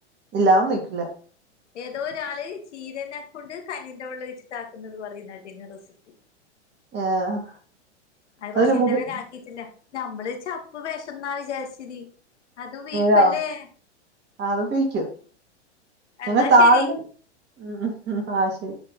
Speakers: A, on the right (about 30°); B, on the left (about 75°).
A: ഇല്ല അതൊന്നും ഒഴിക്കില്ല
B: ഏതോ ഒരാള് ചീരെനെ കൊണ്ട് കഞ്ഞിന്റെ വെള്ളം ഒഴിച്ചിട്ടാക്കുന്നത് പറയുന്നകേട്ടിനിം റെസിപ്പി
A: ഏഹ്
B: അത്
A: അതില്
B: പക്ഷേ ഇന്നെവരെ
A: മുതി
B: ആക്കിറ്റില്ല നമ്മള് ചപ്പ് വെഷന്ന വിചാരിചിതി അത് ഉപയോഗിക്കുല്ലേ
A: നേരാ ആ, അത് ഉപയോഗിക്കും ഞങ്ങൾ
B: എന്നാ
A: താളിന്റെ
B: ശരി
A: ഉം ആഹ് ശരി